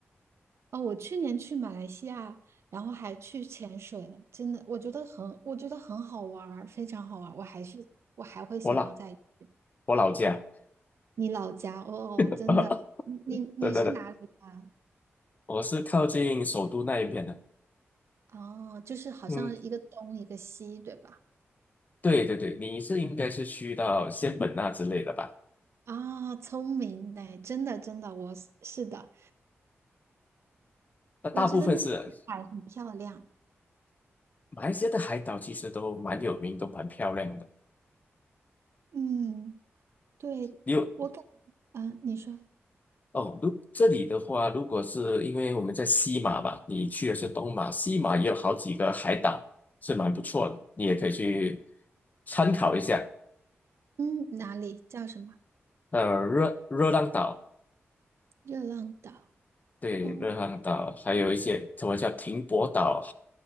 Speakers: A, on the right; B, on the left.
A: 哦，我去年去马来西亚，然后还去潜水了，真的，我觉得很，我觉得很好玩儿，非常好玩儿。我还是，我还会想要再去
B: 我老我老家，
A: 你老家哦，哦真的，
B: <laughs>
A: 你你你是哪里的啊？
B: 真的的，我是靠近首都那一边的。
A: 哦，就是好像一个东一个西，
B: 嗯，
A: 对吧？
B: 对对对，你是应该是去到仙本那之类的吧？
A: 啊、聪明呢，真的真的，我是是的，
B: 那大部分是
A: 我觉得那里的海很漂亮。
B: 马来西亚的海岛，其实都蛮有名，都蛮漂亮的。
A: 嗯，对，
B: 你有
A: 我感，嗯、你说，
B: 哦，如这里的话，如果是因为我们在西马吧，你去的是东马，西马也有好几个海岛，是蛮不错的，你也可以去参考一下。
A: 嗯，哪里叫什么？
B: 呃，热热浪岛，
A: 热浪岛，
B: 对，
A: 嗯，
B: 热浪岛，还有一些什么叫停泊岛，